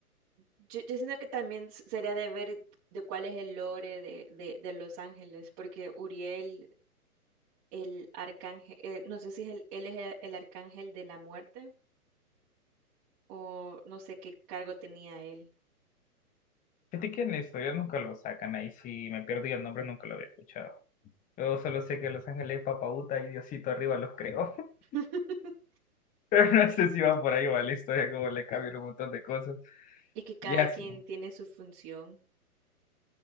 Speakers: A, on the right; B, on the left.
A: yo, yo siento que también s- sería de ver de cuál es el lore de, de, de Los Ángeles, porque Uriel, el arcángel, eh, no sé si es el- él es el el arcángel de la muerte o no sé qué cargo tenía él.
B: fíjate que en la historia nunca lo sacan, ahí sí me pierdo y el nombre nunca lo había escuchado. Yo solo sé que Los Ángeles es papauta y Diosito arriba los creó. <laughs>
A: <laughs>
B: Pero No sé si va por ahí va la historia, como le cambian un montón de cosas.
A: Es que cada
B: Y así.
A: quien tiene su función,